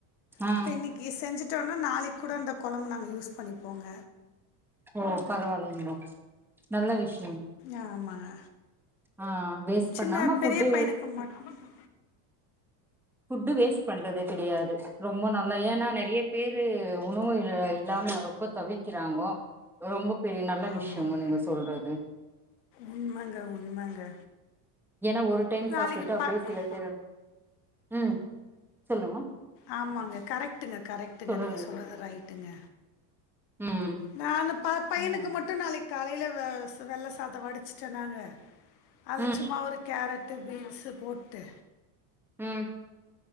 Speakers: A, in the centre; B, on the left.
A: ஆ
B: இப்ப இன்னிக்கு செஞ்சுட்டோனா நாளைக் குட அந்த கொழம்பு நாங்க யூஸ் பணிப்போங்க
A: ஓ பரவாயில்லைங்கோ நல்ல விஷ்
B: ஆமாங்க
A: ஆ வேஸ்ட்
B: சின்ன
A: பண்ணாம ஃபுட்டு
B: பெரிய பைனுக்கு மட்டு
A: ஃபுட்டு வேஸ்ட் பண்றது கெடையாது ரொம்ப நல்ல ஏனா நெறையா பேரு உணவு இல்ல இல்லாம ரொம்ப தவிக்கிறாங்கோ ரொம்ப பெரிய நல்ல
B: ஆமாங்க
A: விஷயங்கோ நீங்க சொல்றது
B: உண்மைங்க உண்மைங்க
A: ஏனா ஒரு டைம்
B: நாளைக்கு
A: சாப்டுட்டா அப்டியே
B: ப
A: சில பேர் ம் சொல்லுங்க
B: ஆமாங்க கரெக்ட்டுங்க கரெக்ட்டுங்க
A: தொடருங்க
B: நீங்க சொல்றது ரைட்டுங்க
A: ம்
B: நா அந்த ப பையனுக்கு மட்டு நாளைக்கு காலைல வெள்ள சாதோ வடிச்சிடேனாங்க அதுல
A: ம்
B: சும்மா ஒரு கேரட்டு பீன்ஸ்ஸு போட்டு
A: ம்